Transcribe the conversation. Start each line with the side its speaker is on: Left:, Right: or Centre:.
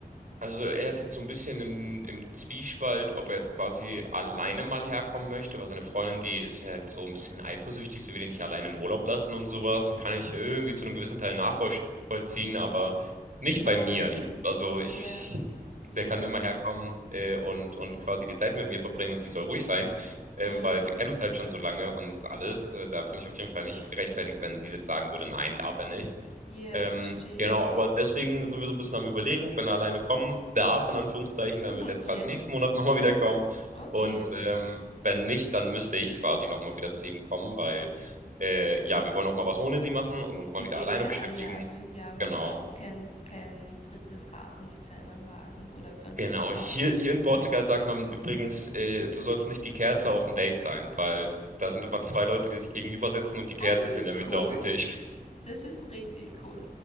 Right: Also er ist jetzt so ein bisschen im, im Zwiespalt, ob er jetzt quasi alleine mal herkommen möchte, weil seine Freundin, die ist ja halt so ein bisschen eifersüchtig, sie will ihn nicht alleine in Urlaub lassen und sowas. Kann ich irgendwie zu einem gewissen Teil nachvollziehen, aber nicht
Left: Ah,
Right: bei mir. Ich, also ich,
Left: ja, ja,
Right: der kann immer herkommen äh, und, und quasi die Zeit mit mir verbringen und die soll ruhig sein, ähm,
Left: mm,
Right: weil wir kennen uns halt schon so lange und alles. Äh, da finde ich auf jeden Fall
Left: okay.
Right: nicht gerechtfertigt, wenn sie jetzt sagen würde, nein, darf er nicht.
Left: Ja,
Right: Ähm,
Left: verstehe.
Right: genau, aber deswegen sind wir so ein bisschen am Überlegen, wenn er alleine kommen darf, in Anführungszeichen, dann
Left: <laughs>
Right: wird er jetzt
Left: Ja,
Right: quasi nächsten Monat <laughs> nochmal wieder kommen.
Left: okay.
Right: Und ähm, wenn nicht, dann müsste ich quasi nochmal wieder zu ihm kommen, weil äh, ja, wir wollen auch mal was ohne sie machen und uns
Left: Ist
Right: mal wieder
Left: eh
Right: alleine
Left: klar,
Right: beschäftigen.
Left: ja, du ja, magst
Right: Genau.
Left: auch kein, kein drittes Rad nicht sein am Wagen oder fünftes
Right: Genau.
Left: Rad.
Right: Hier, hier in Portugal sagt man übrigens, äh, du sollst nicht die Kerze auf dem Date sein, weil da sind immer zwei Leute, die sich gegenüber sitzen und die Kerze
Left: Ah, das
Right: ist
Left: ist
Right: in der Mitte
Left: cool.
Right: auf dem Tisch.
Left: Das ist richtig cool.